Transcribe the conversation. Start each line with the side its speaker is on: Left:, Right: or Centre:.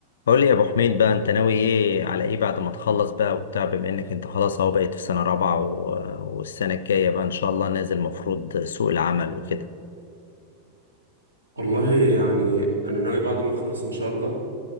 Left: قول لي يا ابو حميد بقى انت ناوي ايه على ايه بعد ما تخلص بقى وبتاع بما انك انت خلاص اهو بقيت في سنة رابعة و... والسنة الجاية بقى ان شاء الله نازل مفروض سوق العمل وكده
Right: والله يعني انا ناوي بعد ما اخلص ان شاء الله